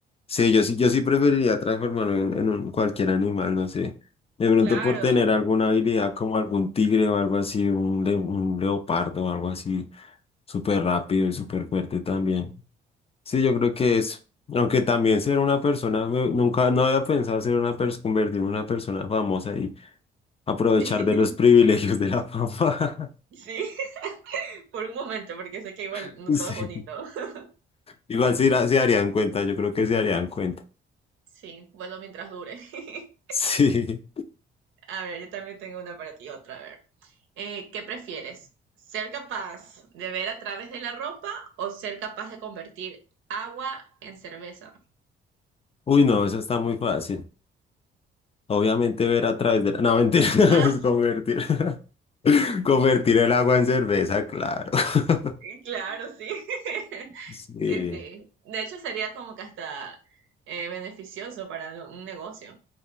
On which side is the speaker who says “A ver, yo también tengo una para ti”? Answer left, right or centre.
Right